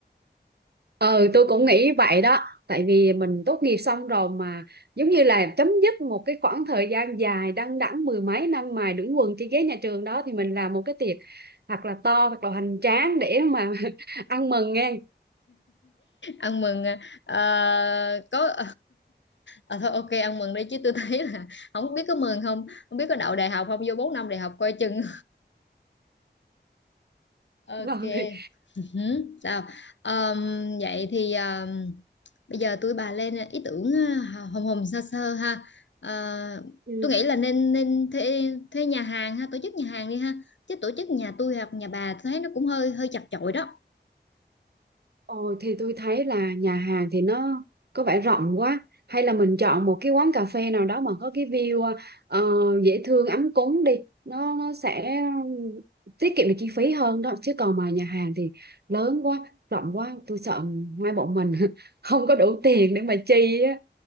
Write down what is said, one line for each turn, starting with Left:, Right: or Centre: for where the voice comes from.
Right: Ừ, tôi cũng nghĩ vậy đó. Tại vì mình tốt nghiệp xong rồi mà giống như là chấm dứt một cái khoảng thời gian dài đăng đẵng mười mấy năm mài đũng quần trên ghế nhà trường đó thì mình làm một cái tiệc thật là to, thật là hoành tráng để mà <laughs> ăn mừng nghe.
Left: ăn mừng à, à, có à, thôi ok ăn mừng đi chứ tôi <laughs> thấy là không biết có mừng không không biết có đậu đại học không vô 4 năm đại học coi chừng <laughs> ok
Right: Rồi.
Left: Ừ, sao Ờm, vậy thì ờm, bây giờ tôi bà lên ý tưởng ờ, hồng hồng sơ sơ ha Ờ,
Right: ừ,
Left: tôi nghĩ là nên nên thuê thuê nhà hàng ha tổ chức nhà hàng đi ha chứ tổ chức nhà tôi hoặc nhà bà tôi thấy nó cũng hơi hơi chật chội đó
Right: Ồ thì tôi thấy là nhà hàng thì nó có vẻ rộng quá hay là mình chọn một cái quán cà phê nào đó mà có cái view ờ, dễ thương ấm cúng đi nó, nó sẽ tiết kiệm được chi phí hơn đó chứ còn mà nhà hàng thì lớn quá rộng quá tôi sợ hai bọn mình <laughs> không có đủ tiền để mà chi á